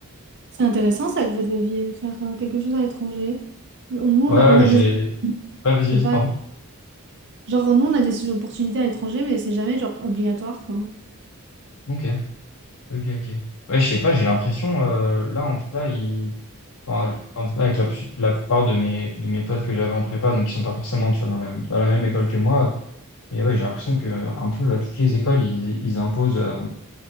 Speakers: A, on the right; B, on the left.
A: C'est intéressant ça que vous deviez faire euh, quelque chose à l'étranger. Nous, on
B: Ouais, ouais,
A: a, on
B: mais
A: a
B: j'ai.
A: des...
B: Ouais, vas-y,
A: C'est
B: vas-y,
A: pas...
B: pardon.
A: Genre, nous, on a des opportunités à l'étranger, mais c'est jamais genre obligatoire, quoi.
B: Ok, ok, ok. Ouais, je sais pas, j'ai l'impression, euh, là, en tout cas, il enfin, en tout cas avec la, pu- la plupart de mes, de mes potes que j'avais en prépa, donc qui sont pas forcément, tu vois, dans la, dans la même école que moi. Et ouais, j'ai l'impression que euh, un peu là, toutes les écoles, ils, ils imposent, euh,